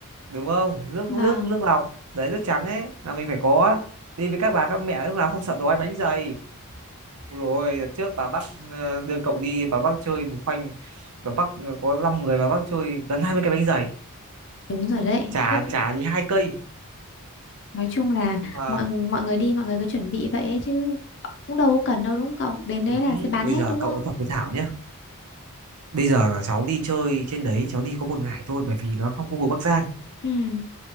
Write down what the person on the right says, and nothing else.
đúng không? Nước
nước nước lọc, đấy nước trắng ấy là mình phải có. Đi với các bà các mẹ lúc nào không sợ đói bánh dày. Rồi đợt trước bà bắc ờ, đưa cậu đi, bà bắc chơi một khoanh, bà bắc ờ, có 5 người bà bắc chơi gần 20 cái bánh dày,
chả
chả thì hai cây,
nhưng mà
đúng
bây
giờ
cậu
nói thật với Thảo nhá bây giờ cháu đi chơi trên đấy cháu đi có một ngày thôi bởi vì nó trong khu vực Bắc Giang